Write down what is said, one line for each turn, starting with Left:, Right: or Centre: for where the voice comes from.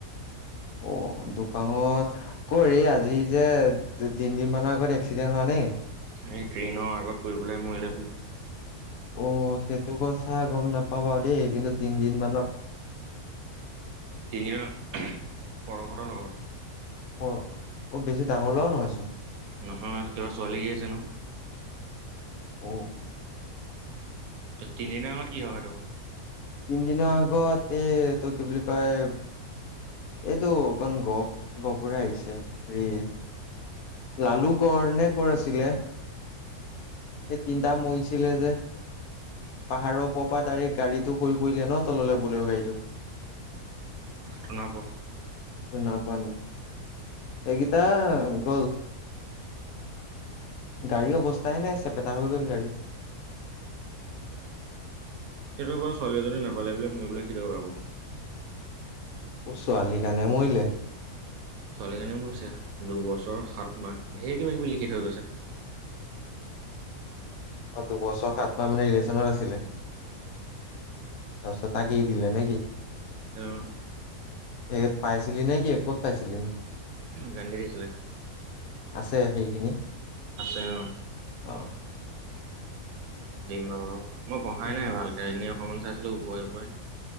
Left: অ দুপাঙত ক আজি যে তিনদিন মানৰ আগত এক্সিডেণ্ট হোৱা নে?
Right: এই ট্ৰেইনৰ আগত পৰিুবেলাই মৰিলে বোলে?
Left: অ সেইটো কথা গম নাপাব দেই কিন্তু তিনদিন মানত
Right: তিনিজন, পৰশতৰ লগৰ।
Left: পৰ অব বেছি ডাঙৰ লৰা নহয়চোন
Right: নহয় কিবা ছোৱালী কেছ হেনো
Left: আহ
Right: তিনিদিনৰ আগত কি হয় এইতটো
Left: তিনিদিনৰ আগতে তটো কি বুলি কয় এইটো অকণ গপ গপৰে আহিছে হেৰি লালু কৰ নে কৰ আছিলে সেই তিনিটা মৈচ ছিলে যে পাহাৰৰ ওপ পৰা ডাইৰেক্ট গাড়ীটো হৈ পৰিলে ন তললৈ বোলেৰ গাড়ীটো
Right: তনা পোৱা
Left: ন পোৱা নি এইগিটা গল, গাড়ী অৱস্থাই নাই চেপেটা হৈ গল গাড়ী
Right: ছোৱালীজনী নাপালে বোলে মইবলে কি তই ভাব
Left: ছোৱালী কাৰণে মৰিলে
Right: ছোৱালী এজনী মৰিছে, দুবছৰ সাত মাহ, ধেৰ কিবা কিবি লিখি থৈ গৈছে
Left: অ দুবছৰ সাত মাহ মানে ৰিলেচনৰ আছিলে তাৰপিছত তাক এৰি দিলে নেকি?
Right: আহ
Left: সেইত পাইছিলি নে কি ক'ত পাইছিলি নো
Right: গান্ধী দিছিলে
Left: আছে সেইখিনি
Right: আছে অ
Left: অঁ
Right: দিম বাৰু মই পঢ়াই
Left: উম
Right: নাই ভালকে এনে অকণমান চাইছিলোঁ ওপৰে ওপৰে